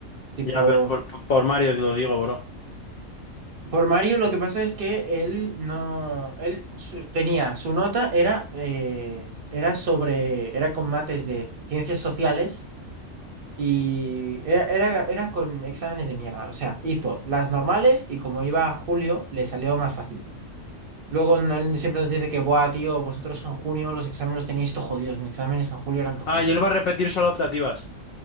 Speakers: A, on the right; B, on the left.
A: Tipo,
B: Ya, pero por, por por Mario te lo digo, bro.
A: por Mario lo que pasa es que él no, él su- tenía, su nota era, eh, era sobre, era con mates de ciencias sociales Y era, era, era con exámenes de mierda. O sea, hizo las normales y como iba a Julio, le salió más fácil. Luego n- él siempre nos dice que, buah, tío, vosotros en junio los exámenes los tenéis todo jodidos. Mis exámenes en julio eran todo fáciles.
B: Ah, y él va a repetir solo optativas.